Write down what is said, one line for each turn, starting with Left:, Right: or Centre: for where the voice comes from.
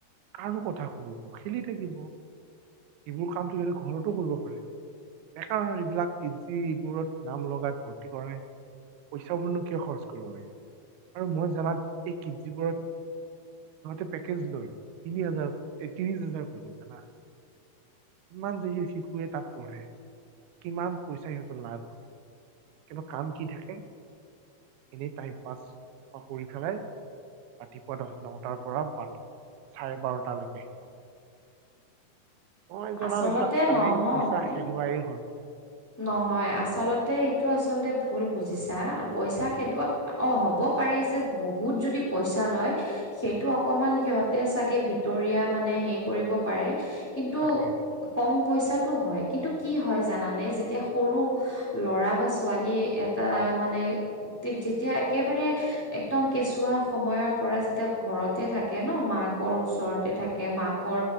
Right: কাৰনো কথা শুনিব খেলি থাকিব। এইবোৰ কামটো সিহঁতে ঘৰতো কৰিব পাৰে। বেকাৰ হয় এইবিলাক কিটজি এইবোৰত নাম লগাই ভৰ্তি কৰে। পইচাবোৰনো কিয় খৰচ কৰিব লাগে আৰু মই জনাত এই কিডনীবোৰত। তহঁতে পেকেজ লয় তিনি হাজাৰ ত্ৰিশ হাজাৰ কৰি লয় জানা? কিমান যদি শিশুৱে তাত পঢ়ে, কিমান পইচা সিহঁতৰ লাভ হয়। কিন্তু কাম কি থাকে এনেই টাইম পাছ বা কৰি পেলাই। ৰাতিপুৱা দহ নটাৰ পৰা বাট চাৰে বাৰটালৈকে শিকাম। মই জনাত
Centre: আচলতে
Right: এইবিলাক টাইম
Centre: নহয়
Right: পইচা হেৰুৱাই হয়।
Centre: নহয় আচলতে এইটো আচলতে ভুল বুজিছা পইচা খেদোৱা। অ। হ'ব পাৰে যে বহুত যদি পইচা লয়। সেইটো অকমান সিহঁতে চাগে ভিতটৰিয়া মানে হেই কৰিব পাৰে। কিন্তু
Right: তাকে
Centre: কম পইচাটো হয় কিন্তু কি হয় জানানে। এতিয়া সৰু ল'ৰা বা ছোৱালীয়ে এটা মানে। যেতিয়া একেবাৰে। একদম কেঁচুৱা সময়ৰ পৰা যেতিয়া ঘৰতে থাকে ন, মাকৰ ওচৰতে থাকে মাক।